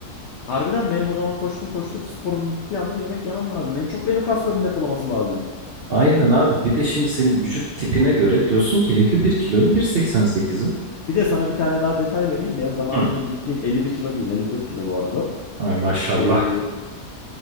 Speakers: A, on the left; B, on the right.
A: Harbiden benim o zaman koştur koştur sporum bittiği anda yemek yemem lazım. En çok benim kasların depolaması lazım.
B: aynen abi. Bir de şimdi senin vücut tipine göre diyorsun ki 51 kiloyum 1.88'im.
A: Bir de sana bir tane daha detay vereyim. Ben zamanında
B: Hı.
A: gittiğim 51 kilo değil 54 kilo bu arada. o.
B: Ay maşallah.
A: Ee,